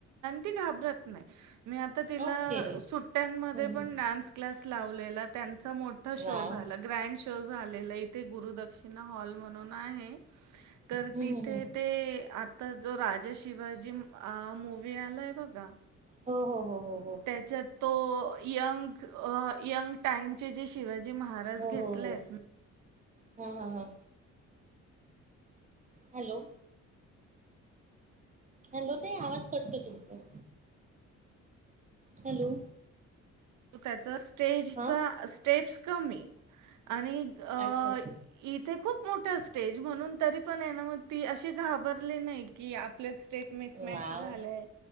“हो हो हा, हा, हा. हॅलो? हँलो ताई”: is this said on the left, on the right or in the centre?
Right